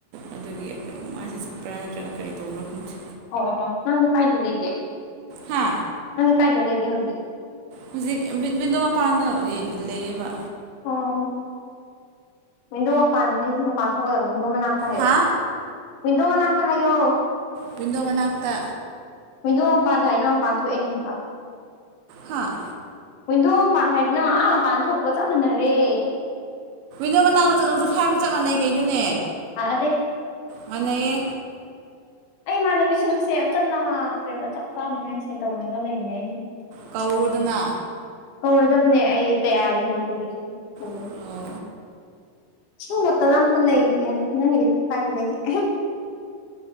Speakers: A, on the right; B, on the left.
A: ꯑꯗꯨꯒꯤ ꯃꯥꯁꯦ ꯆꯠꯄ꯭ꯔ ꯅꯠꯇ꯭ꯔꯒ ꯀꯔꯤ ꯇꯧꯕ꯭ꯔ ꯈꯪꯗꯦ
B: ꯑꯣ ꯑꯣ ꯅꯪꯗꯤ ꯀꯥꯏꯗ ꯂꯩꯒꯦ
A: ꯍꯥ
B: ꯅꯪꯗꯤ ꯀꯥꯏꯗ ꯂꯩꯒꯦ ꯍꯧꯖꯤꯛ
A: ꯍꯧꯖꯤꯛ ꯃꯤꯗꯣ ꯃꯄꯥꯟꯗ ꯂꯩꯌꯦꯕ
B: ꯑꯣ ꯋꯤꯟꯗꯣ ꯃꯄꯥꯟ ꯍꯥꯏꯁꯤ ꯃꯄꯥꯟ ꯊꯣꯛꯀꯗꯕꯅꯤ ꯃꯅꯥꯛꯇ ꯍꯥꯏꯌꯣ
A: ꯍꯥ
B: ꯋꯤꯟꯗꯣ ꯃꯅꯥꯛꯇ ꯍꯥꯏꯌꯣ
A: ꯋꯤꯟꯗꯣ ꯃꯅꯥꯛꯇ
B: ꯋꯤꯟꯗꯣ ꯃꯄꯥꯟꯗ ꯍꯥꯏꯌꯣ ꯃꯄꯥꯟ ꯊꯣꯛꯑꯦꯅꯦꯕ꯭ꯔꯣ
A: ꯍꯥꯥ
B: ꯋꯤꯟꯗꯣ ꯃꯄꯥꯟ ꯍꯥꯏꯕꯗꯤ ꯅꯪ ꯑꯥ ꯃꯄꯥꯟ ꯊꯣꯛꯄꯒ ꯆꯞ ꯃꯥꯟꯅꯔꯦ
A: ꯅꯣ ꯃꯅꯥꯛꯛꯇ ꯆꯠꯧꯁꯨ ꯊ ꯍꯥꯏꯕ ꯆꯞ ꯃꯥꯟꯅꯩ ꯀꯩꯅꯣꯅꯦ
B: ꯃꯥꯟꯅꯗꯦ
A: ꯃꯥꯟꯅꯩꯌꯦ
B: ꯑꯩ ꯏꯃꯥꯟꯅꯕꯤꯁꯤꯡꯁꯦ ꯑꯝꯇ ꯂꯥꯡꯗ꯭ꯔꯦꯕ ꯆꯥꯛ ꯆꯥꯅꯤꯡꯉꯩꯁꯦ ꯇꯧꯅꯤꯡꯉ ꯂꯩꯅꯤꯉꯩꯁꯦ
A: ꯀꯧꯔꯨꯗꯅ
B: ꯍꯧꯔꯣꯏꯗꯕꯅꯦ ꯑꯩ ꯇꯌꯥꯔꯤ ꯍꯥꯟꯅ ꯇꯧꯕꯤꯁꯤꯦꯅꯤ
A: ꯑꯣ
B: ꯁꯨ ꯃꯇꯝꯝꯇ ꯂ ꯅ ꯀꯥꯏꯗ ꯂꯩ